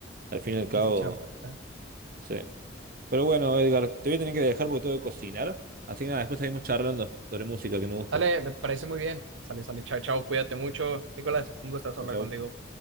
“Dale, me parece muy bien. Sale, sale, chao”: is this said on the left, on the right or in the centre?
Right